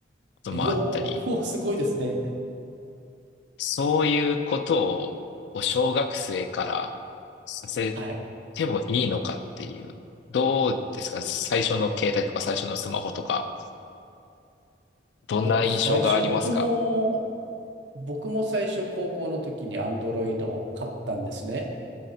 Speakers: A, on the left (about 80°); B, on the right (about 90°).
A: ともあったり、
B: いやー、<laughs> すごいですね。
A: そういうことを、小学生からさせ
B: はい。
A: てもいいのかっていう、どうですか最初の携帯とか最初のスマホとか、どんな印象がありますか
B: 僕、最初、僕も、僕も最初、高校の時に Android を買ったんですね。